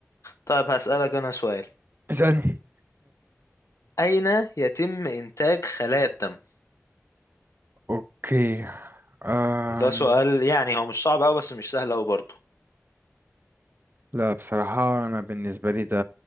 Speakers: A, on the left; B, on the right.
A: طيب هسألك أنا سؤال
B: اسألني
A: أين يتم إنتاج خلايا الدم؟
B: اوكي أم...
A: ده سؤال يعني هو مش صعب أوي بس مش سهل أوي برضه
B: لا بصراحة أنا بالنسبة لي ده